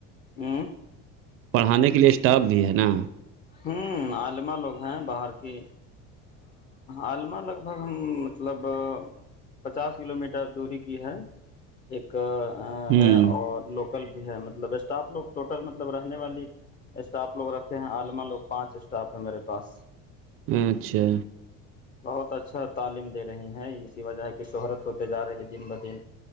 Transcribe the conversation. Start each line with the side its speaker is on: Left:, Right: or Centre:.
Left: میںی <unintelligible>
Right: پڑھانے کے لیے اسٹاف بھی ہے نا
Left: ہوں عالما لوگ ہیں باہر کی علم لگ بھگ ہم مطلب پچاس کلو میٹر دوری کی ہے ایک
Right: ہوں
Left: ہے اور لوک بھی ہے مطلب اسٹاف لوگ ٹوٹل مطلب رہنے والی اسٹاف لوگ رکھے ہیں آلو ہمار لوگ پانچ اسٹاف ہیں میرے پاس
Right: اچھا
Left: بہت اچھا تعلیم دے رہی ہیں اسی وجہ کہ شہرت ہوتے جا رہی ہے دن بہ دن